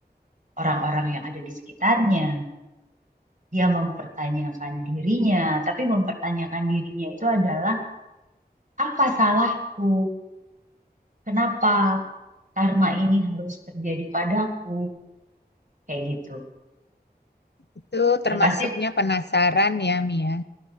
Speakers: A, on the right; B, on the left.
A: orang-orang yang ada di sekitarnya. Dia mempertanyakan dirinya, tapi mempertanyakan dirinya itu adalah apa salahku? Kenapa karma ini harus terjadi padaku? Kayak gitu.
B: Itu termasuknya
A: Ya pasti,
B: penasaran ya, Mia.